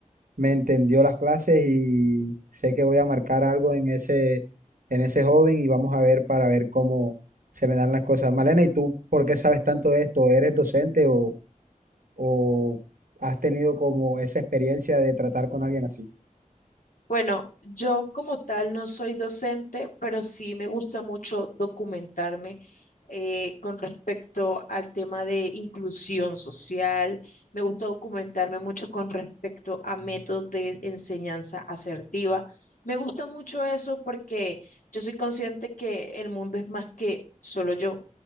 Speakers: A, on the right; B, on the left.
A: me entendió las clases y sé que voy a marcar algo en ese, en ese joven y vamos a ver para ver cómo se me dan las cosas. Malena, ¿y tú por qué sabes tanto de esto? ¿Eres docente o, o has tenido como esa experiencia de tratar con alguien así?
B: Bueno, yo como tal no soy docente, pero sí me gusta mucho documentarme eh, con respecto al tema de inclusión social. Me gusta documentarme mucho con respecto a métodos de enseñanza asertiva. Me gusta mucho eso porque yo soy consciente que el mundo es más que solo yo.